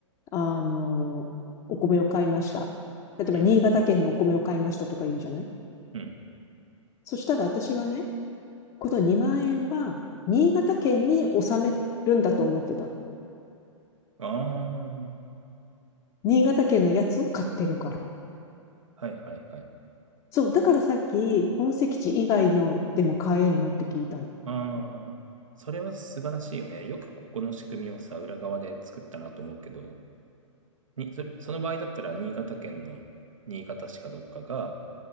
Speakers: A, on the left (about 30°); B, on the right (about 80°).
A: あの、お米を買いました。例えば新潟県のお米を買いましたとか言うじゃない
B: うん、うん。
A: そしたら私はね、この2万円は新潟県に納めるんだと思ってたの。
B: ああ、
A: 新潟県のやつを買ってるから。
B: はいはいはい。
A: そう、だからさっき本籍地以外のでも買えんのって聞いたの。
B: ああ、それは素晴らしいよね。よくここの仕組みをさ、裏側で作ったなと思うけど、に、そ、その場合だったら、新潟県の新潟市かどっかが